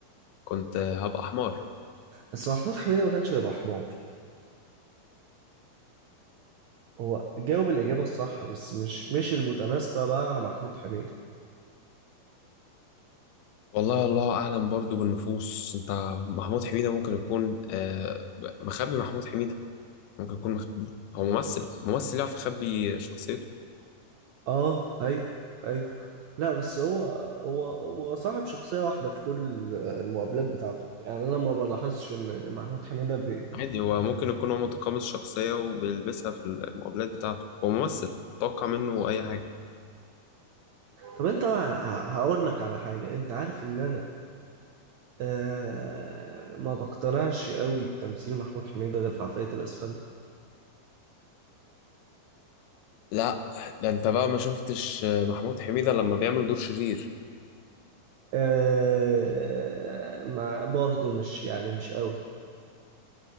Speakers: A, on the left; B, on the right.
A: كنت هبقى حمار
B: بس محمود حميدة ما كانش هيبقى حمار هو جاوب الإجابة الصح بس مش مش المتناسبة بقى مع محمود حميدة
A: والله الله اعلم برضو بالنفوس انت محمود حميدة ممكن يكون آه، مخبي محمود حميدة ممكن يكون مخبيه هو ممثل ممثل يعرف يخبي شخصيته
B: اه ايوه ايوه لا بس هو هو هو صاحب شخصية واحدة في كل المقابلات بتاعته يعني انا ما بلاحظش ان محمود حميدة بي...
A: عادي هو ممكن يكون هو متقمص الشخصية وبيلبسها في المقابلات بتاعته هو ممثل توقع منه اي حاجة
B: طب انت ه- هقول لك على حاجة انت عارف ان انا آه ما بقتنعش قوي بتمثيل محمود حميدة غير في عفاية الاسفلت
A: لا ده انت بقى ما شفتش آه، محمود حميدة لما بيعمل دور شرير
B: آه ما برضه مش يعني مش قوي